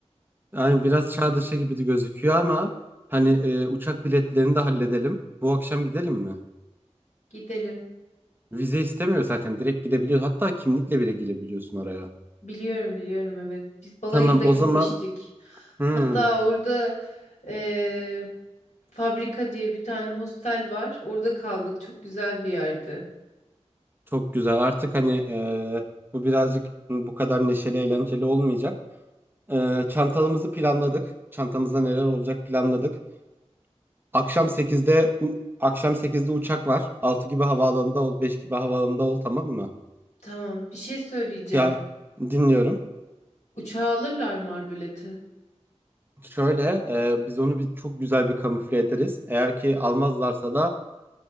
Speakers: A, on the right (about 20°); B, on the left (about 90°).
A: yani biraz çağ dışı gibi de gözüküyor ama hani e, uçak biletlerini de halledelim. Bu akşam gidelim mi?
B: Gidelim.
A: Vize istemiyor zaten. Direkt gidebiliyor. Hatta kimlikle bile girebiliyorsun oraya.
B: Biliyorum biliyorum evet. Biz balayında
A: Tamam
B: gitmiştik.
A: o zaman hmm,
B: Hatta orada eee, fabrika diye bir tane hostel var. Orada kaldık. Çok güzel bir yerdi.
A: çok güzel. Artık hani e, bu birazcık bu kadar neşeli eğlenceli olmayacak. E, çantalarımızı planladık. Çantamızda neler olacak planladık. Akşam sekizde u- akşam sekizde uçak var. 6 gibi havaalanında ol, 5 gibi havaalanında ol tamam mı?
B: Tamam, bir şey söyleyeceğim.
A: Ya dinliyorum.
B: Uçağa alırlar mı Arbalet'i?
A: Şöyle e, biz onu bir çok güzel bir kamufle ederiz. Eğer ki almazlarsa da